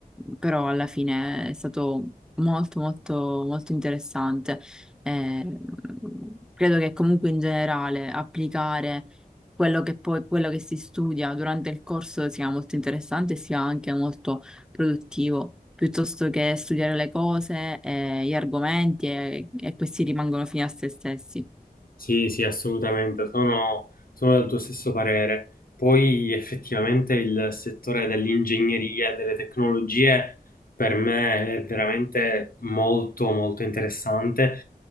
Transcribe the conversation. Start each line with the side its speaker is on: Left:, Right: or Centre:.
Centre: però alla fine è stato molto molto molto interessante. Eh, credo che comunque in generale applicare quello che poi, quello che si studia durante il corso sia molto interessante e sia anche molto produttivo, piuttosto che studiare le cose, eh, gli argomenti e, e questi rimangono fini a se stessi.
Left: Sì, sì, assolutamente, sono, sono del tuo stesso parere. Poi effettivamente il settore dell'ingegneria e delle tecnologie per me è veramente molto, molto interessante.